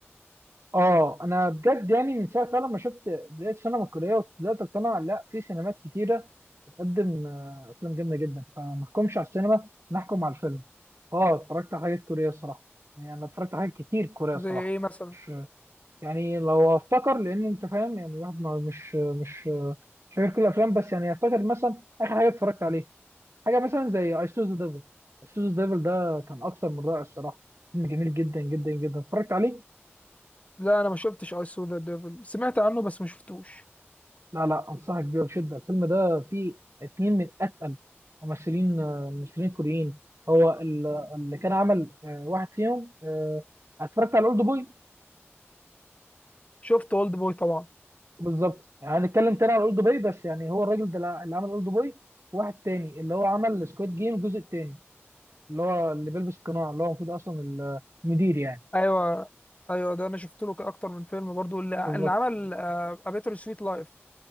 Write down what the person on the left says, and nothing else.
زي
إيه مثلا؟
لا أنا ما شفتش أي سو ذا ديفل سمعت عنه بس ما شفتوش
شفت أولد بوي طبعا
أيوه أيوه ده أنا شفت له أكتر من فيلم برضو اللي
اللي عمل أبيتر سويت لايف